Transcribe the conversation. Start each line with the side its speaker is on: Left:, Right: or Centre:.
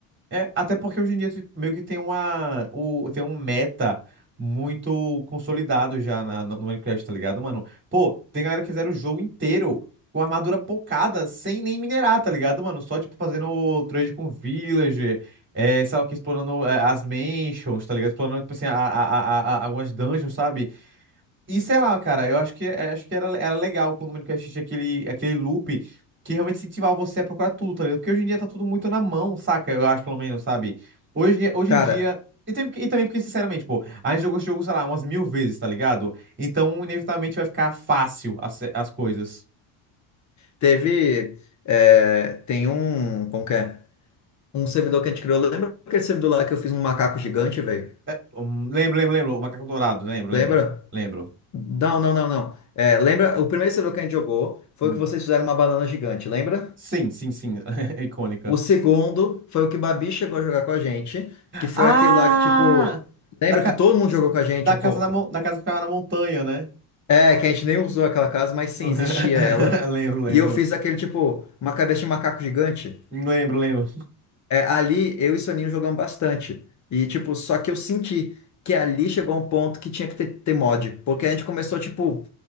Right: É, até porque hoje em dia tipo, meio que tem uma, o, tem um meta muito consolidado já na- no no Minecraft, tá ligado, mano? Pô, tem galera que zera o jogo inteiro com armadura pocada, sem nem minerar, tá ligado, mano? Só, tipo, fazendo o trade com villager, é, sei lá o que, explorando é, as mansions, tá ligado? Explorando, tipo assim, a, a, a, a- algumas dungeons, sabe? E sei lá, cara, eu acho que eh, acho que era, era legal quando o Minecraft tinha aquele, aquele loop que realmente incentivava você a procurar tudo, tá ligado? Porque hoje em dia tá tudo muito na mão, saca? Eu acho, pelo menos, sabe? Hoje, em dia- hoje
Left: Cara,
Right: em dia. E, tem- e também porque, sinceramente, pô, a gente jogou esse jogo, sei lá, umas mil vezes, tá ligado? Então, inevitavelmente, vai ficar fácil as, as coisas.
Left: teve. é, tem um. Como que é? Um servidor que a gente criou. Lembra aquele servidor lá que eu fiz um macaco gigante, velho?
Right: É, hum, lembro, lembro, lembro. O Macaco Dourado, lembro, lembro,
Left: Lembra?
Right: lembro.
Left: Não, não, não, não. É, lembra? O primeiro servidor que a gente jogou foi
Right: Hum.
Left: o que vocês fizeram uma banana gigante, lembra?
Right: Sim, sim, sim. <laughs> É Icônica.
Left: O segundo foi o que o Babi chegou a jogar com a gente, que foi
Right: Ah!
Left: aquele lá que, tipo, lembra
Right: Da, ca-
Left: que todo mundo jogou com a gente
Right: da
Left: um
Right: casa
Left: pouco?
Right: da, mon- da casa que ficava na montanha, né?
Left: É, que a gente nem usou aquela casa, mas sim,
Right: <laughs>
Left: existia ela.
Right: Lembro, lembro.
Left: E eu fiz aquele, tipo, uma cabeça de macaco gigante.
Right: Lembro, lembro.
Left: É, ali eu e Soninho jogamos bastante. E, tipo, só que eu senti que ali chegou a um ponto que tinha que ter, ter mod. Porque a gente começou, tipo,